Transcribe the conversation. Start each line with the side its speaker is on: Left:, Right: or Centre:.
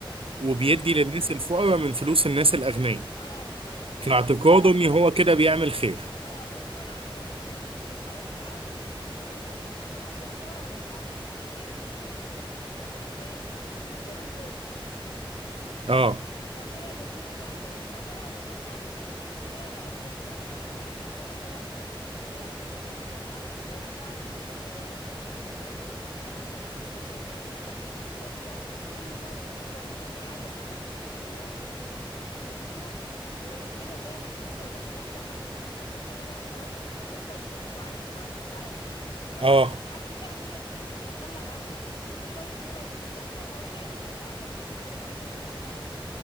Right: وبيدي
Left: اه
Right: للناس الفقراء من فلوس الناس الاغنياء
Left: اه فاللص
Right: في
Left: ده
Right: اعتقاده
Left: كان كويس
Right: ان هو كده بيعمل خير
Left: اه بس طبعا كان في ال... خلاص اتعرف في المدينه ان هو لص وبتاع فبيدوروا عليه فقعد يجري يجري فما لقاش مكان يستخبى فيه فين غير البرج
Right: اه
Left: فطلع للبرج ده عن طريق شجرة ودخل فهي لقيته قدامها قامت رايحة ضرباه وقامت رايحة مكتفاه انت مين مش عارفة ايه بتاع تكلمه ومش عارفة ايه قالت له انا عندي شرط ان انا اسيبك ان انت هي كنت كل سنة تمسك في قومتها ان هي عايزة تخرج وتشوف الناس و- وتشوف المدينة وكده ان هي محبوسة وزهقت هي كانت تمت ال 18 سنة بقى وخلاص ومحبوسة وزهقت وعايزة تطلع تشوف العالم فاتفقت
Right: اه
Left: مع اتفاق ان هي تسيبه مش هتبلغ عنه وبمقابل ان هو يفسحها النهارده عيد ميلادها وهي بتحسب لنفسها كل سنة